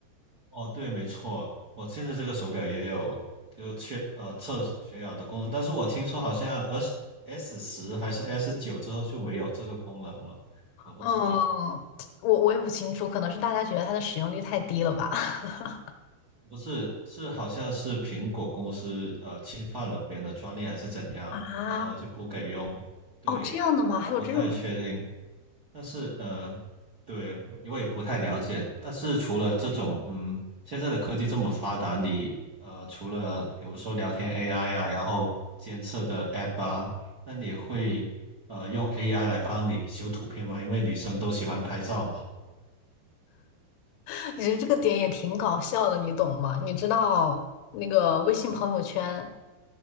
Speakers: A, on the right; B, on the left.
A: 哦，对，没错，我现在这个手表也有就确呃测血氧的功能，但是我听说好像 S S 十还是 S 九之后就没有这个功能了，我不知道，
B: 嗯，我我也不清楚，可能是大家觉得它的使用率太低了吧？<laughs>
A: 不是是好像是苹果公司呃侵犯了别人的专利还是怎样，
B: 啊，
A: 然后就不给用，对，
B: 哦，这样的吗？
A: 我不太确定。
B: 还有这种，
A: 但是呃，对，我也不太了解。但是除了这种，嗯，现在的科技这么发达，你呃，除了比如说聊天 AI 啊，然后监测的 App 啊，那你会呃用 AI 来帮你修图片吗？因为女生都喜欢拍照嘛。
B: <laughs> 你觉得这个点也挺搞笑的，你懂吗？你知道那个微信朋友圈